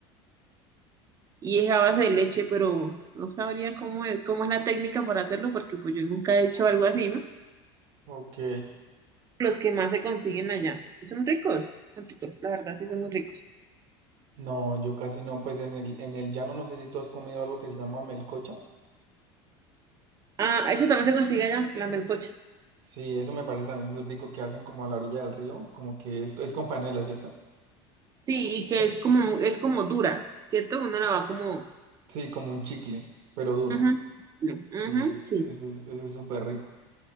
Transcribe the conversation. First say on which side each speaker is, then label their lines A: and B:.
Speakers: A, on the right; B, on the right.
A: y es a base de leche, pero no sabría cómo es, cómo es la técnica para hacerlo, porque pues yo nunca he hecho algo así, ¿no?
B: Ok.
A: Los que más se consiguen allá. Son ricos, son ricos, la verdad sí son muy ricos.
B: No, yo casi no. Pues en el, en el llano no sé si tú has comido algo que se llama melcocha.
A: Ah, eso también se consigue allá, la melcocha.
B: Sí, eso me parece también muy rico que hacen como a la orilla del río, como que es, es con panela, ¿cierto?
A: Sí, y que es como, es como dura, ¿cierto? Uno la va como...
B: Sí, como un chicle, pero duro.
A: ujú, no, ujú,
B: Sí,
A: sí.
B: eso es, eso es súper rico.